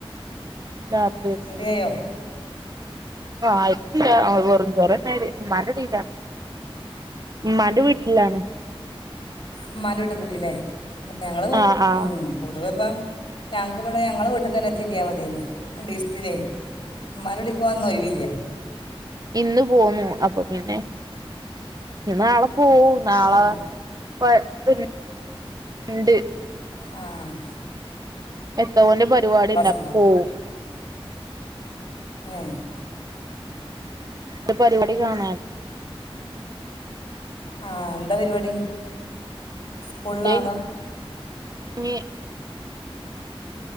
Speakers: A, on the right (about 40°); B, on the left (about 60°).
A: രാത്രിക്ക്
B: റെഡിയായോ
A: ആയിട്ടില്ല, വെറും ചോറാണ് മടുടില്ല മടു വി ലാണ്
B: മ്മാൻ്റെ വീട്ട് പോയില്ലേ ഞങ്ങള്
A: ആ ആ
B: ഉം പൊതുവേപ്പം ഞങ്ങക്ക് ഇവിടെ ഞങ്ങള് വീട്ടക്ക്ന്നെ എത്തിട്ടിയാൽ മതീനി രണ്ട്സ്ത്തിനേ ഉമ്മാരോവിടക്ക്വാന്നൊ ഒഴവില്ല
A: ഇന്ന് പോന്നു അപ്പൊ പിന്നെ നാളെ പോവും നാളെ
B: ഉം.
A: പ്പ <unintelligible> ണ്ട്
B: ആഹ്
A: എന്തോന്ന് പരിപാടിണ്ട് അപ്പം
B: ഉണ്ടാവും
A: പോവും
B: ഏ
A: ഒരു പരിപാടി കാണൻ
B: ആഹ് എന്താ പരിപാടി സ്കൂളിലാ
A: എന്റെ
B: അതോ
A: <unintelligible>